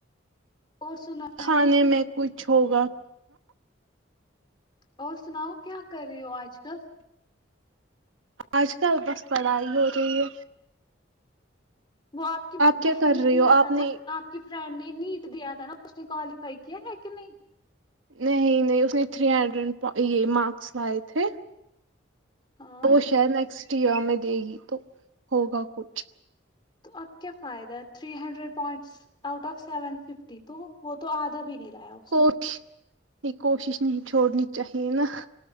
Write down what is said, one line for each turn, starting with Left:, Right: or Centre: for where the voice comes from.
Left: اور سناؤ
Right: کھانے میں کچھ ہوگا
Left: اور سناؤ کیا کر رہی ہو آج کل
Right: اج کل بس پڑھائی ہو رہی ہے
Left: وہ آپ کی
Right: کیا
Left: بہن
Right: کر
Left: نے
Right: رہی
Left: دیا
Right: ہو
Left: تھا
Right: آپ نے
Left: نا آپ کہ فرینڈ نے نیٹ دیا تھا نا اس نے کالیفائی کیا ہے کہ نہیں
Right: نہیں نہیں اس نے تھری ہنڈریڈ یہ مارکس لائے تھے
Left: ہاں
Right: وہ شاید نیکسٹ ایر میں دے گی تو ہوگا کچھ
Left: اب کیا فائدہ three hundred points out of seven fifty تو وہ تو آدھا بھی نہیں لایا وہ
Right: کوٹش نہیں کوشش نہیں چھوڑنی چاہیے نا